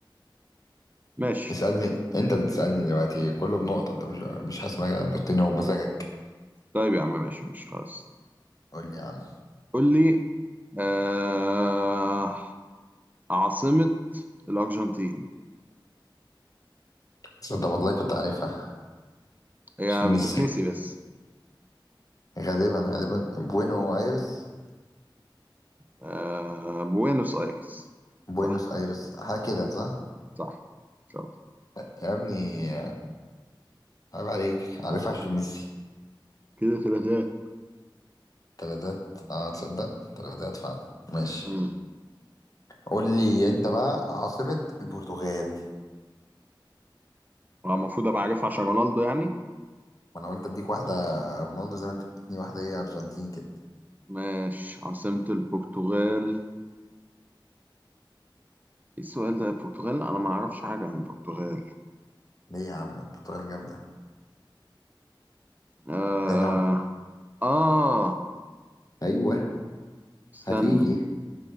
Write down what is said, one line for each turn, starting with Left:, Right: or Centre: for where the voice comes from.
Right: ماشي
Left: اسألني انت اللي تسألني دلوقتي كله بنقطة انت مش مش هسمع نقطتين هو مزاجك
Right: طيب يا عم ماشي ماشي خلاص
Left: قول لي يا عم
Right: قول لي آه عاصمه الارجنتين
Left: صدق والله كنت عارفها
Right: هي
Left: عشان ميسي
Right: بتتنسي بس
Left: غالبا غالبا بوينو ايرس
Right: آه بوينوس ايرس
Left: بوينوس
Right: صح
Left: ايرس حاجة كده صح؟
Right: صح شاطر
Left: يا ابني عيب عليك عارفها عشان ميسي
Right: كده ثلاثات
Left: تلاتات اه تصدق تلاتات فعلا ماشي
Right: امم
Left: قول لي انت بقى عاصمة البرتغال
Right: المفروض ابقى عارف عشان رونالدو يعني
Left: ما انا قلت اديك واحدة رونالدو زي ما انت اديتني واحدة ايه ارجنتين كده
Right: ماشي عاصمة البرتغال ايه السؤال ده البرتغال انا ما اعرفش حاجة عن البرتغال
Left: ليه يا عم البرتغال جامدة
Right: آه
Left: يا نعم
Right: آه
Left: ايوه
Right: استنى
Left: هتيجي